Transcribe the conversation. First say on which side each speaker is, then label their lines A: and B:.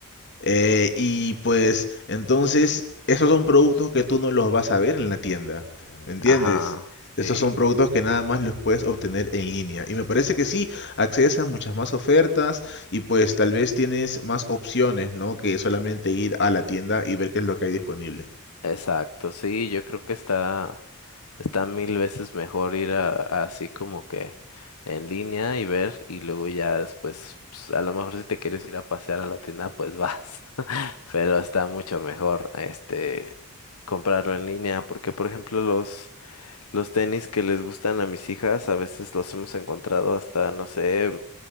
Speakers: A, on the left (about 50°); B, on the left (about 80°).
A: Eh, y pues entonces esos son productos que tú no los vas a ver en la tienda, ¿me entiendes?
B: Ajá, sí,
A: Esos son productos que nada más los puedes obtener en línea. Y me parece que sí, accedes a muchas más ofertas y pues tal vez tienes más opciones, ¿no? Que solamente ir a la tienda y ver qué es lo que hay disponible.
B: exacto, sí, yo creo que está, está mil veces mejor ir a, a así como que en línea y ver y luego ya después, pues, a lo mejor si te quieres ir a pasear a la tienda, pues vas, <laughs> pero está mucho mejor, este, comprarlo en línea, porque por ejemplo los, los tenis que les gustan a mis hijas, a veces los hemos encontrado hasta, no sé,